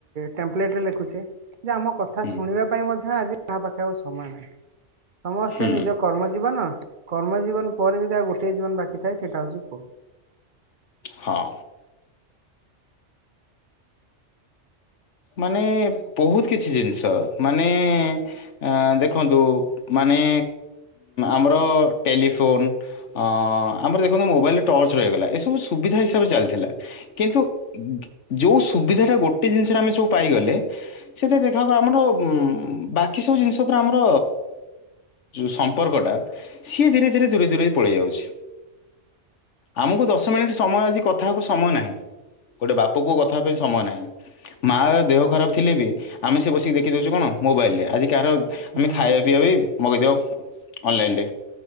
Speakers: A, on the right; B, on the left.
A: ଟେମ୍ପଲେଟ ରେ ଲେଖୁଛେ ଯେ ଆମ କଥା
B: ହୁଁ
A: ଶୁଣିବା ପାଇଁ ମଧ୍ୟ ଆଜି କାହା ପାଖେ ଆଉ ସମୟ ନାହିଁ ସମସ୍ତେ
B: ହୁଁ
A: ନିଜ କର୍ମ ଜୀବନ କର୍ମ ଜୀବନ ପରେ ଯଦି ଆଉ ଗୋଟଏ ଜୀବନ ବାକି ଥାଏ ସେଇଟା ହଉଛି ଫୋନ।
B: ହଁ। ମାନେ ବହୁତ କିଛି ଜିନିଷ ମାନେ ଏ ଦେଖନ୍ତୁ ମାନେ ଆମର ଟେଲିଫୋନ ଅଁ ଆମର ଦେଖନ୍ତୁ ମୋବାଇଲରେ ଟର୍ଚ୍ଚ ରହିଗଲା ଏସବୁ ସୁବିଧା ହିସାବରେ ଚାଲିଥିଲା। କିନ୍ତୁ ଯୋଉ ସୁବିଧାଟା ଗୋଟେ ଜିନିଷରେ ଆମେ ସବୁ ପାଇଗଲେ। ସେଥିରେ ଦେଖାହେବ ଆମର ଉଁ ବାକି ସବୁ ଜିନିଷ ଉପରେ ଆମର ଯଉ ସମ୍ପର୍କଟା ସିଏ ଧୀରେ ଧୀରେ ଦୂରେଇ ଦୂରେଇ ପଳେଇ ଯାଉଛି। ଆମକୁ ଦଶ ମିନିଟ ସମୟ ଆଜି କଥା ହେବାକୁ ସମୟ ନାହିଁ ଗୋଟେ ବା ପକୁ କଥା ପାଇଁ ସମୟ ନାହିଁ। ମା ଦେହ ଖରାପ ଥିଲେ ବି ଆମେ ସେ ବସିକି ଦେଖିଦଉଚେ କଣ ମୋବାଇଲରେ। କାହାର ଆମେ
A: ହୁଁ
B: ଖାଇବା ପିଇବା ବି ମଗାଇଦିଅ ଅନଲାଇନରେ।